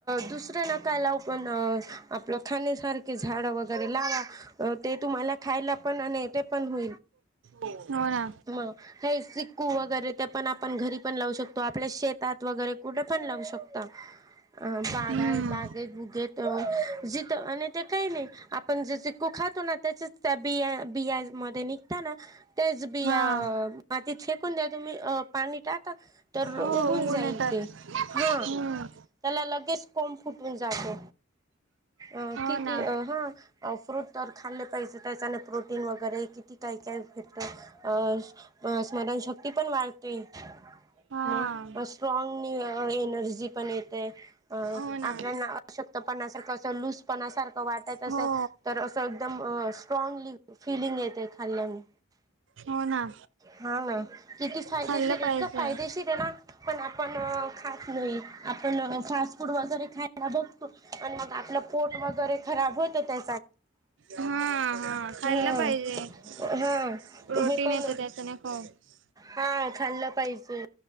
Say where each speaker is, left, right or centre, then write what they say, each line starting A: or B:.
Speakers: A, on the right; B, on the right.
A: दुसरा नका लाव पण आपलं खाण्यासारखे झाडं वगैरे लावा ते तुम्हाला खायला पण आणि ते पण हो
B: हो ना.
A: मग हे चिक्कू वगैरे ते पण आपण घरी. पण लावू शकतो आपल्या शेतात वगैरे कुठे पण लावू शकतो. अ बागा-बागेत
B: हम्म
A: बुघेत. जित आणि ते काही नाही आपण जे चिक्कू खातो ना त्याच्याच त्या बिया, बिया मध्ये निघ त्याच बि
B: हा
A: मातीत शेकून द्या तुम्ही पाणी टाक तर
B: हो
A: उगून जाईल
B: येतात
A: ते, हा.
B: हम्म
A: त्याला लगेच कोंब फुटून जातो, अ
B: हो
A: किती
B: ना
A: ह फ्रूट तर खाल्ले पाहिजे त्याच्याने प्रोटीन वगैरे कि ती काय, काय फक्त अ स्मरणशक्ती पण वाढते.
B: हा
A: म स्ट्रॉंग एनर्जी पण येत
B: हो
A: आपल्या
B: ना
A: अशतपणासारख अस लूसपणासारख वाटत तस
B: हो
A: तर असं एकदम स्ट्रागली फिलिंग येते खाल्ल्याने.
B: हो ना
A: हा ना किती फायदेशीर
B: खाल्लं
A: आहेत
B: पाहिजे
A: का? फायदेशीर होणार पण आपण खात नाही. आपण फास्ट फूड वगैरे खायला बघतो आणि मग आपलं पोट वगैरे खराब होतं त्या.
B: हा हा खाल्ला
A: हम्म
B: पाहिजे.
A: हा
B: प्रोटीन
A: तुम्ही पण
B: येतं त्याच्याने खूप
A: हा खाल्लं पाहिजे.